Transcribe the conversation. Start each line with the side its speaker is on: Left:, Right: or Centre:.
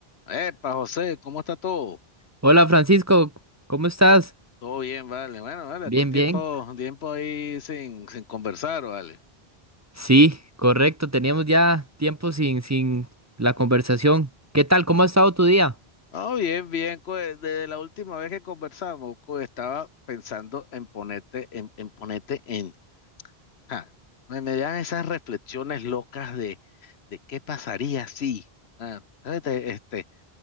Left: Epa, José, ¿cómo está todo?
Right: Hola Francisco, ¿cómo estás?
Left: Todo bien, vale. Bueno, vale,
Right: Bien,
Left: aquí tiempo,
Right: bien.
Left: tiempo ahí sin, sin conversar, vale.
Right: Sí, correcto, teníamos ya tiempo sin, sin la conversación. ¿Qué tal? ¿Cómo ha estado tu día?
Left: No, bien, bien. co- Desde la última vez que conversamos, co, estaba pensando en ponerte, en, en ponerte en. ja, me, me dan esas reflexiones locas de, de qué pasaría si. ah, entonces te- este,